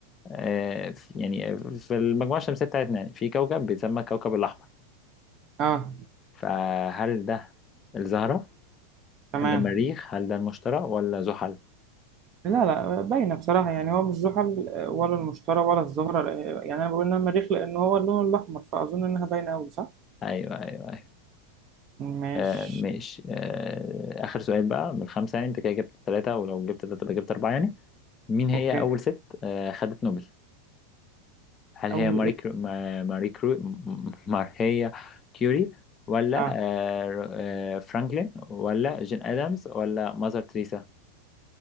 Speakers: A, on the left (about 25°); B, on the right (about 30°).
A: آه، ف- يعني في المجموعة الشمسية بتاعتنا يعني في كوكب بيتسمى الكوكب الأحمر
B: اه
A: فهل ده الزهرة
B: تمام
A: هل ده المريخ هل ده المشتري ولا زحل
B: لا لا باينه بصراحه يعني هو مش زحل ولا المشتري ولا الزهره يعني انا بقول انها مريخ لان هو اللون الاحمر فاظن انها باينه قوي صح
A: أيوه أيوه أيوه
B: ماشي
A: آه ماشي آه آخر سؤال بقى من خمسة يعني أنت كده جبت ثلاثة ولو جبت ثلاثة يبقى جبت أربعة يعني مين هي
B: اوكي
A: أول ست آه خدت نوبل هل هي
B: اول
A: ماري
B: ايه
A: كرو... ما- ماري كرو... م- ماريا كيوري ولا
B: اه,
A: آه، ر- آه، فرانكلين ولا جين ادمز ولا ماذر تريسا